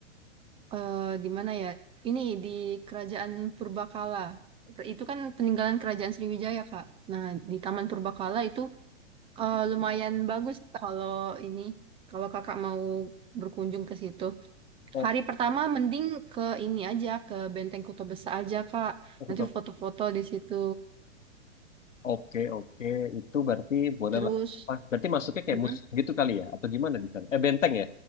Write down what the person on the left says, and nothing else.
O-
oh,
tetap.
oke, oke, Itu berarti boleh
lah. Apa, Berarti masuknya kayak
mus gitu kali ya, atau gimana di sana? Eh benteng ya?